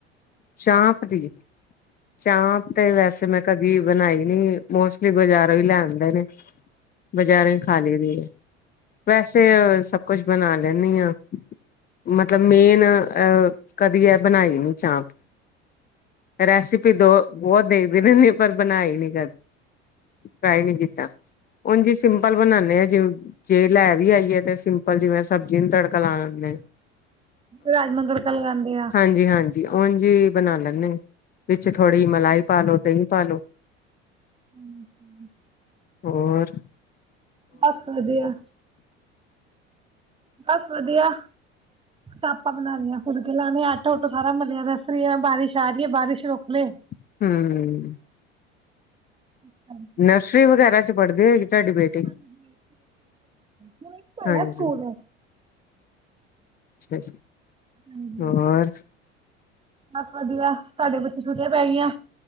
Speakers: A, on the left (about 25°); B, on the right (about 15°).
A: ਚਾਂਪ ਦੀ ਚਾਂਪ ਤੇ ਵੈਸੇ ਮੈਂ ਕਦੀ ਬਣਾਈ ਨੀ ਮੋਸਟਲੀ ਬਜ਼ਾਰੋਂ ਹੀ ਲੈ ਆਂਦੇ ਨੇ ਬਜ਼ਾਰੇ ਖਾਲੀ ਦੀ ਏ ਵੈਸੇ ਸਭ ਕੁਛ ਬਣਾ ਲੈਨੀ ਹਾਂ ਮਤਲਬ ਮੇਨ ਅਹ ਕਦੀ ਇਹ ਬਣਾਈ ਨੀ ਚਾਂਪ ਰੈਸੀਪੇ ਤੋਂ ਬਹੁਤ <inaudible> ਪਰ ਬਣਾਈ <inaudible> ਟਰਾਈ ਨੀ ਕੀਤਾ ਹੁਣ ਜੀ ਸਿੰਪਲ ਬਣਾਦੇ ਹਾਂ ਜੇ ਲੈ ਵੀ ਆਈਏ ਤੇ ਸਿੰਪਲ ਜਿਵੇਂ ਸਬਜ਼ੀ ਨੂੰ ਤੜਕਾ ਲਾ ਲਦੇ ਹ
B: ਰਾਜਮਾ ਨੂੰ ਤੜਕਾ ਲਗਾਉਂਦੀ ਆਂ
A: ਹਾਂਜੀ-ਹਾਂਜੀ ਉਝ ਹੀ ਬਣਾ ਲੈਂਦੇ ਵਿੱਚ ਥੋੜ੍ਹੀ ਮਲਾਈ ਪਾਲੋ ਦਹੀ ਪਾਲੋ
B: <inaudible>
A: ਹੋਰ
B: ਬਸ ਵਧੀਆ ਬਸ ਵਧੀਆ ਚਾਪਾਂ ਬਣਾਾਨੀਆਂ ਫੁਲਕੇ ਲਾਣੇ ਆਟਾ ਉਟਾ ਸਾਰਾ ਮਿਲਿਆ ਦਾ ਬਾਰਿਸ਼ ਆ ਰਹੀ ਹੈ ਬਾਰਿਸ਼ ਰੋਕ ਲੈ
A: <unintelligible> ਹੂ
B: ਹਾਂਜੀ
A: ਨਰਸਰੀ ਵਗੈਰਾ ਚ ਪੜ੍ਹਦੇ ਹੋਏਗੀ ਤੁਹਾਡੀ
B: <inaudible>
A: ਬੇਟੀ
B: ਹਾਂਜੀ ਭੋਲਾ
A: ਹਾਂਜੀ
B: ਸਕੂਲ
A: ਸਪੇਸ
B: ਹਾਂਜੀ।
A: <inaudible>
B: ਬਸ ਵਧੀਆ ਸਾਡੇ ਬੱਚੇ ਛੁਟੀਆਂ ਪੈ ਗਈਆਂ